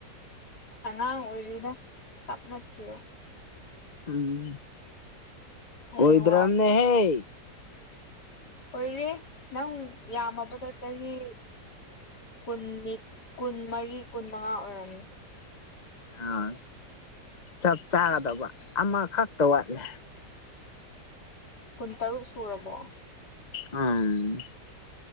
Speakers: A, on the left (about 70°); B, on the left (about 30°).
A: ꯑꯉꯥꯡ ꯑꯣꯏꯔꯤꯗ ꯇꯞꯅ ꯊꯤꯌꯨ
B: ꯎꯝ
A: ꯍꯌꯦꯡꯋꯥꯏ
B: ꯑꯣꯏꯗ꯭ꯔꯝꯅꯦꯍꯦ
A: ꯑꯣꯏꯔꯦ ꯅꯪ ꯌꯥꯝꯃꯕꯗ ꯆꯍꯤ ꯀꯨꯟꯅꯤꯠ ꯀꯨꯟꯃꯔꯤ ꯀꯨꯟꯃꯉꯥ ꯑꯣꯏꯔꯝꯃꯤ
B: ꯑꯥ ꯆꯞ ꯆꯥꯒꯗꯕ ꯑꯃꯈꯛꯇ ꯋꯥꯠꯂꯦ
A: ꯀꯨꯟꯇꯔꯨꯛ ꯁꯨꯔꯕꯣ
B: ꯑꯝ